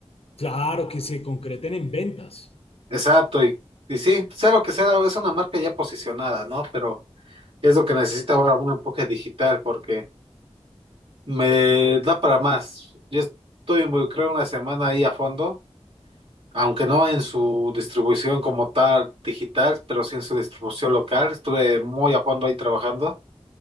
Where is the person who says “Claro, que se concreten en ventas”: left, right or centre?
Left